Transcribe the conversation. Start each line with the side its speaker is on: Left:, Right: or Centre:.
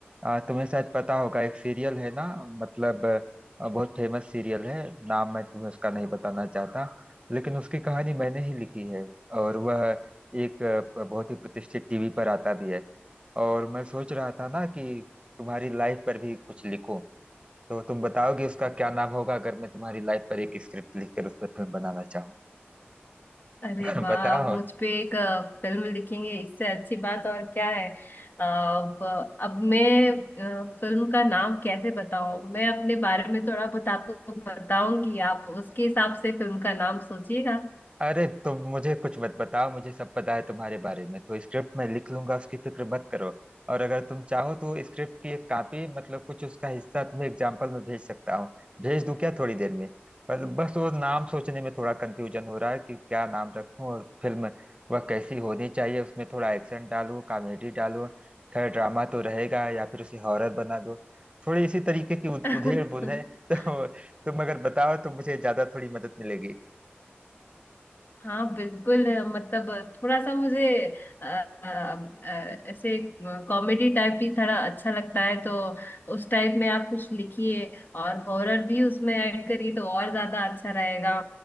Right: आ, तुम्हें शायद पता होगा एक सीरियल है ना मतलब आ, बहुत फेमस सीरियल है नाम मैं तुम्हें उसका नहीं बताना चाहता लेकिन उसकी कहानी मैंने ही लिखी है और वह एक आ, बहुत ही प्रतिष्ठित टीवी पर आता भी है और मैं सोच रहा था ना कि तुम्हारी लाइफ पर भी कुछ लिखूं तो तुम बताओगे उसका क्या नाम होगा अगर मैं तुम्हारी लाइफ पर एक स्क्रिप्ट लिखकर उस पर फिल्म बनाना चाहूँ
Left: अरे
Right: <laughs>
Left: वाह
Right: बताओ
Left: आप मुझ पे एक अ, फिल्म लिखेंगे इससे अच्छी बात और क्या है अ, अब अब मैं अ, फिल्म का नाम कैसे बताऊं मैं अपने बारे में थोड़ा बहुत आपको बताऊंगी आप उसके हिसाब से फिल्म का नाम सोचिएगा
Right: अरे तुम मुझे कुछ मत बताओ मुझे सब पता है तुम्हारे बारे में तो स्क्रिप्ट मैं लिख लूंगा उसकी फिक्र मत करो और अगर तुम चाहो तो स्क्रिप्ट की एक कॉपी मतलब कुछ उसका हिस्सा तुम्हें एग्जाम्पल में भेज सकता हूँ भेज दूं क्या थोड़ी देर में पर बस वो नाम सोचने में थोड़ा कंफ्यूजन हो रहा है कि क्या नाम रखूं और फिल्म वह कैसी होनी चाहिए उसमें थोड़ा एक्शन डालूं कॉमेडी डालूं खैर ड्रामा तो रहेगा या फिर उसे हॉरर बना दो थोड़ी इसी तरीके की उध-
Left: <laughs>
Right: उधेड़ बुन है <laughs> तो तुम अगर बताओ तो मुझे ज्यादा थोड़ी मदद मिलेगी
Left: हाँ बिल्कुल अ, मतलब थोड़ा सा मुझे अ, अ, अ, ऐसे कॉमेडी टाइप भी थोड़ा अच्छा लगता है तो उस टाइप में आप कुछ लिखिए और हॉरर भी उसमें ऐड करिए तो और ज्यादा अच्छा रहेगा